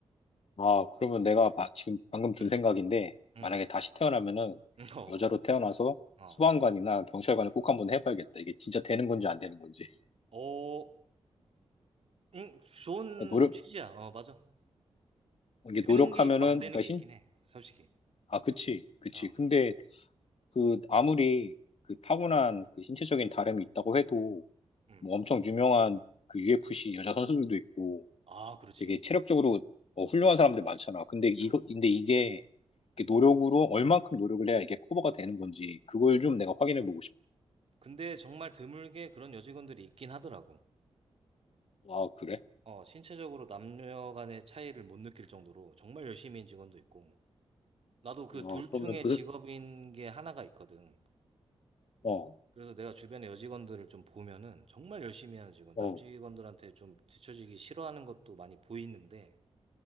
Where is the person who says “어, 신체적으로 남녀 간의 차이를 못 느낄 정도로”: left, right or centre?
Right